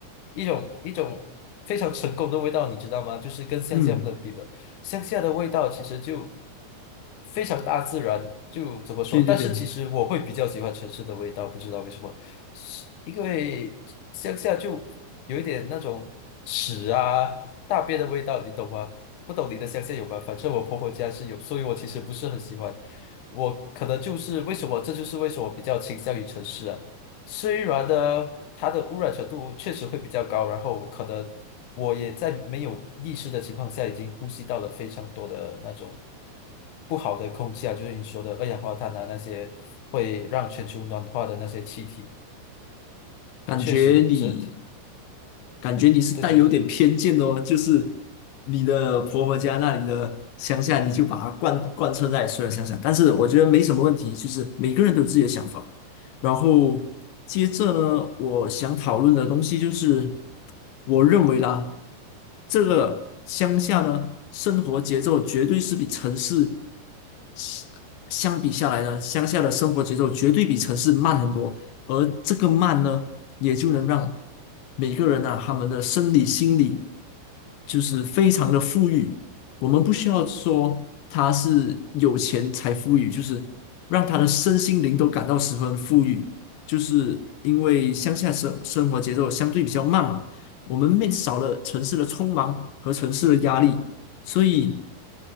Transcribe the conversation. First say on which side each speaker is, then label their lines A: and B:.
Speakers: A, on the left; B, on the left.
A: 一种一种非常成功的味道，你知道吗？就是跟乡下不能比的，
B: 嗯，
A: 乡下的味道其实就非常大自然，就怎么说？
B: 对对对。
A: 但是其实我会比较喜欢城市的味道，不知道为什么，是因为乡下就有一点那种屎啊、大便的味道，你懂吗？不懂你的想象有吗？反正我婆婆家是有，所以我其实不是很喜欢。我可能就是为什么，这就是为什么我比较倾向于城市啊。虽然呢，它的污染程度确实会比较高，然后可能我也在没有意识的情况下，已经呼吸到了非常多的那种不好的空气啊，就是你说的二氧化碳啊，那些会让全球暖化的那些气体，
B: 感觉你，
A: 确实这，
B: 感觉你是带有点偏见哦，
A: 对对
B: 就是你的婆婆家那里的乡下，你就把它贯贯彻在所有乡下。但是我觉得没什么问题，就是每个人都有自己的想法。然后接着呢，我想讨论的东西就是，我认为啦，这个乡下呢，生活节奏绝对是比城市相相比下来呢，乡下的生活节奏绝对比城市慢很多，而这个慢呢。也就能让每个人呐、他们的生理、心理就是非常的富裕。我们不需要说他是有钱才富裕，就是让他的身心灵都感到十分富裕。就是因为乡下生生活节奏相对比较慢嘛，我们没少了城市的匆忙和城市的压力，所以。